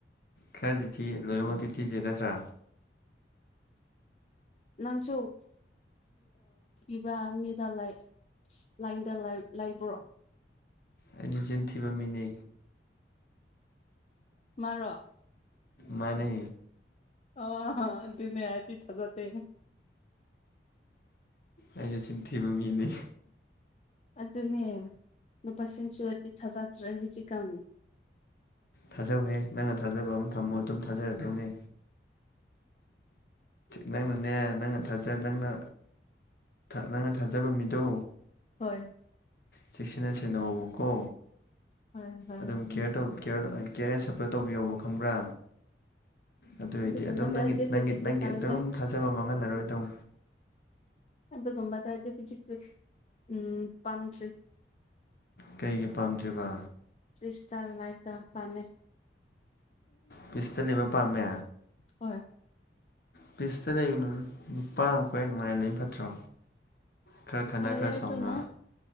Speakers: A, on the left; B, on the left.
A: ꯈꯔꯗꯤ ꯊꯤ ꯂꯣꯏꯅꯃꯛꯇꯤ ꯊꯤꯗꯦ ꯅꯠꯇ꯭ꯔꯥ
B: ꯅꯪꯁꯨ ꯏꯕꯃꯤꯗꯥ ꯂꯥꯏ ꯂꯥꯏꯗ ꯂꯥꯏ ꯂꯥꯏꯕ꯭ꯔꯣ
A: ꯑꯩꯗꯤ ꯆꯤꯟꯊꯤꯕ ꯃꯤꯅꯦ
B: ꯃꯔꯣ
A: ꯃꯥꯅꯦ
B: ꯑꯣ ꯑꯗꯨꯅꯦ ꯑꯩꯗꯤ ꯊꯖꯗꯦ
A: ꯑꯩꯁꯨ ꯆꯤꯟꯊꯤꯕ ꯃꯤꯅꯤ
B: ꯑꯗꯨꯅꯦ ꯅꯨꯄꯥꯁꯤꯡꯁꯨꯗꯤ ꯊꯥꯖꯗ꯭ꯔꯦ ꯍꯧꯖꯤꯛꯀꯝ
A: ꯊꯥꯖꯍꯧꯍꯦ ꯅꯪꯅ ꯊꯥꯖꯕ ꯑꯃ ꯊꯝꯃꯣ ꯑꯗꯨꯝ ꯊꯥꯖꯔꯗꯧꯅꯦ ꯅꯪꯅꯅꯦ ꯅꯪ ꯊꯖ ꯅꯪꯅ ꯅꯪꯅ ꯊꯥꯖꯕ ꯃꯤꯗꯣ
B: ꯍꯣꯏ
A: ꯆꯦꯛꯁꯤꯟꯅ ꯁꯦꯟꯅꯕꯀꯣ
B: ꯍꯣꯏ ꯍꯣꯏ
A: ꯑꯗꯨꯝ ꯀꯦꯌꯔ ꯀꯦꯌꯔ ꯑꯦ ꯁꯞꯄꯣꯔꯠ ꯇꯧꯕꯤꯌꯣꯕ ꯈꯪꯕ꯭ꯔꯥ ꯑꯗꯨꯑꯣꯏꯗꯤ
B: ꯑꯗꯨꯒꯨꯝꯕꯗꯗꯤ
A: ꯑꯗꯨꯝ ꯅꯪꯒꯤ ꯅꯪꯒꯤ
B: ꯍꯧꯖꯤꯛꯇꯨ
A: ꯅꯪꯒꯤ
B: ꯇꯜꯂꯦ
A: ꯑꯗꯨꯝ ꯊꯥꯖꯕ ꯃꯥꯡꯍꯜꯂꯔꯣꯏꯗꯧ
B: ꯑꯗꯨꯒꯨꯝꯕꯗ ꯍꯥꯏꯗꯤ ꯐꯖꯤꯛꯇꯨ ꯎꯝ ꯄꯥꯝꯗ꯭ꯔꯤ
A: ꯀꯩꯒꯤ ꯄꯥꯝꯗ꯭ꯔꯤꯕ
B: ꯄ꯭ꯤꯁꯇꯜ ꯂꯩꯄꯗ ꯄꯥꯝꯃꯦ
A: ꯄꯤꯁꯇ ꯂꯩꯕ ꯄꯥꯝꯃꯦ
B: ꯍꯣꯏ
A: ꯐꯤꯁꯇ ꯂꯩꯕꯅꯣ ꯅꯨꯄꯥ ꯑꯃ ꯀꯣꯏꯔꯦ ꯅꯨꯡꯉꯥꯏꯅ ꯂꯩꯝ ꯐꯠꯇ꯭ꯔꯣ ꯈꯔ ꯈꯠꯅ
B: ꯐꯥꯏꯌꯦ
A: ꯈꯔ ꯁꯥꯎꯅ
B: ꯑꯗꯨꯅ